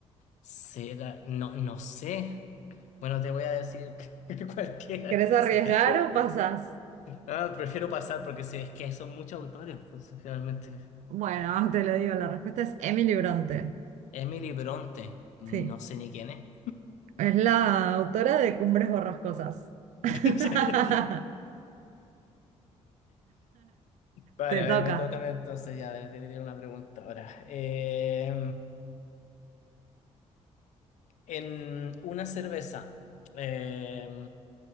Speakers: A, on the left; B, on the right.
A: será, no, no sé. Bueno, te voy a decir <laughs> que cualquiera.
B: ¿Querés
A: sí.
B: arriesgar o pasás?
A: Ah, prefiero pasar porque sé es que son muchos autores, entonces realmente.
B: Bueno, te lo digo, la respuesta es Emily Bronte.
A: Emily Bronte, no
B: Sí,
A: sé ni quién es.
B: es la autora de Cumbres Borrascosas. <laughs>
A: <laughs> Ya, ya, ya. Vale,
B: Te
A: a
B: toca.
A: ver, me toca a mí entonces ya te diré una pregunta ahora. Eh, en una cerveza. eh,